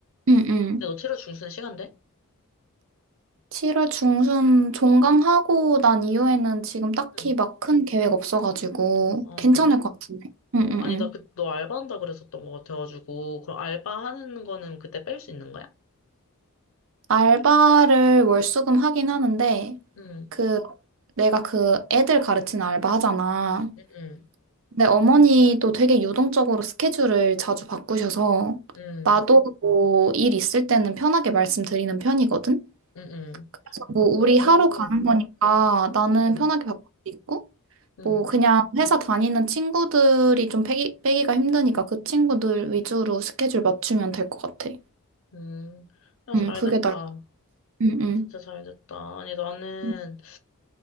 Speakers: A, on the right (about 60°); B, on the left (about 60°).
A: 응, 응.
B: 근데 너 7월 중순 시간 돼?
A: 7월 중순 종강하고 난 이후에는 지금 딱히
B: 응.
A: 막 큰 계획 없어가지고
B: 어,
A: 괜찮을
B: 그래?
A: 것 같은데.
B: 어,
A: 응, 응,
B: 아니,
A: 응.
B: 나 그, 너 알바한다 그랬었던 것 같아가지고, 그럼 알바하는 거는 그때 뺄 수 있는 거야?
A: 알바를 월수금 하긴 하는데
B: 응,
A: 그 내가 그 애들 가르치는 알바 하잖아.
B: 응,
A: 네, 어머니도 되게 유동적으로 스케줄을 자주 바꾸셔서
B: 응,
A: 나도 뭐 일 있을 때는 편하게 말씀드리는 편이거든.
B: 응, 응.
A: 그래서 뭐
B: 응.
A: 우리
B: 오.
A: 하루 가는 거니까 나는
B: 응,
A: 편하게 바꿀 수 있고
B: 응,
A: 뭐 그냥 회사 다니는 친구들이 좀 빼기, 빼기가 힘드니까 그 친구들 위주로 스케줄 맞추면 될 것 같아.
B: 응. 아, 잘
A: 응, 그게
B: 됐다.
A: 나 응, 응.
B: 진짜 잘 됐다. 아니, 나는
A: 응,